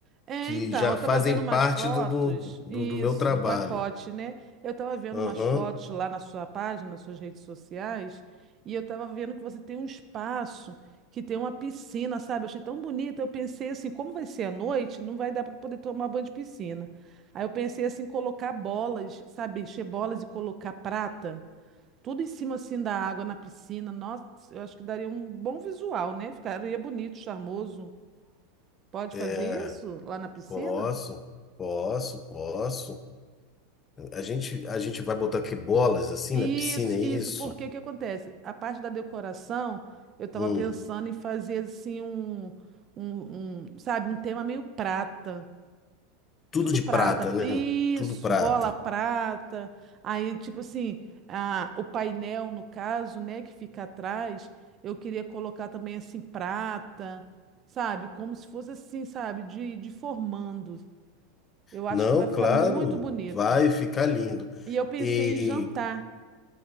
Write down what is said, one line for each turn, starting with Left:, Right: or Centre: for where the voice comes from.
Right: É,
Left: que
Right: então,
Left: já
Right: eu
Left: fazem
Right: tava vendo umas
Left: parte
Right: fotos,
Left: do, do, do,
Right: isso,
Left: do meu trabalho.
Right: do pacote, né? Eu tava vendo
Left: Aham.
Right: umas fotos lá na sua página, nas suas redes sociais, e eu tava vendo que você tem um espaço que tem uma piscina, sabe? Eu achei tão bonita. Eu pensei assim, como vai ser à noite, não vai dar para poder tomar banho de piscina. Aí eu pensei assim, colocar bolas, sabe? Encher bolas e colocar prata, tudo em cima assim da água na piscina. Nossa, eu acho que daria um bom visual, né? Ficaria bonito, charmoso. Pode
Left: É,
Right: fazer isso lá na piscina?
Left: posso, posso, posso. A gente, a gente vai botar aqui bolas assim
Right: Isso,
Left: na piscina, é isso?
Right: isso, porque o que acontece? A parte da decoração, eu estava
Left: Hum,
Right: pensando em fazer assim um, um, um, sabe, um tema meio prata.
Left: tudo
Right: Tudo
Left: de
Right: prata.
Left: prata, né?
Right: Isso,
Left: Tudo prata.
Right: bola prata. Aí, tipo assim, a, o painel, no caso, né, que fica atrás, eu queria colocar também assim prata, sabe? Como se fosse assim, sabe, de, de formando. Eu
Left: Não,
Right: acho que vai ficar
Left: claro,
Right: muito bonito.
Left: vai ficar lindo.
Right: E eu pensei
Left: E
Right: em jantar.